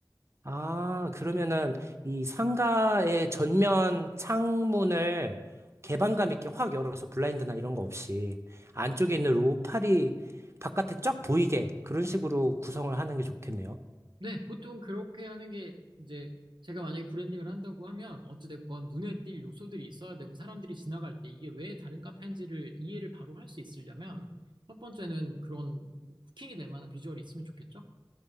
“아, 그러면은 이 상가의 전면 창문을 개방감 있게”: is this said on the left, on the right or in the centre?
Right